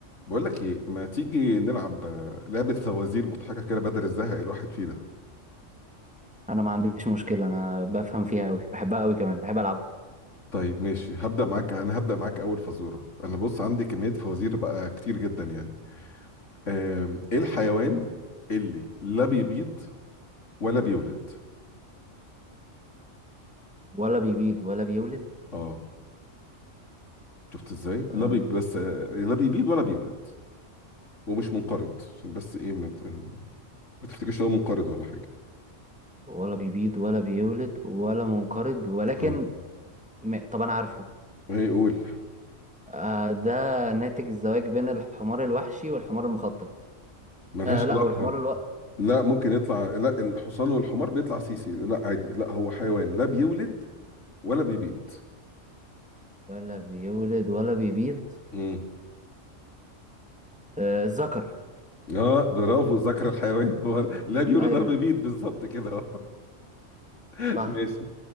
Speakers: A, on the left; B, in the centre.
A: بقول لك ايه ما تيجي نلعب آه، لعبة فوازير مضحكة كده بدل الزهق الواحد فيه ده
B: انا ما عنديش مشكله انا بفهم فيها قوي بحبها قوي كمان بحب العبها
A: طيب ماشي هبدأ معاك انا هبدأ معاك اول فزورة انا بص عندي كمية فوازير بقى كتير جدا يعني آم، ايه الحيوان اللي لا بيبيض ولا بيولد
B: ولا بيبيض ولا بيولد
A: اه شفت ازاي
B: أم،
A: لا بي بس آه، لا بيبيض ولا بيولد ومش منقرض عشان بس ايه ما, ت... ما تفتكرش إن هو منقرض ولا حاجة
B: ولا بيبيض ولا بيولد ولا منقرض ولكن
A: اه
B: م... طب انا عارفه
A: ايه قول
B: آه ده ناتج الزواج بين الحمار الوحشي والحمار المخطط
A: ملهاش
B: آه لا
A: علاقة
B: او الحمار الو...
A: لا ممكن يطلع لا الحصان والحمار بيطلع سيسي لا عادي لا هو حيوان لا بيولد ولا بيبيض
B: ولا بيولد ولا بيبيض
A: امم
B: آه الذكر
A: اه برافو ذكر الحيوان <laughs> هو لا بيولد
B: ايوه
A: ولا بيبيض بالظبط كده آه. <laughs>
B: صح
A: ماشي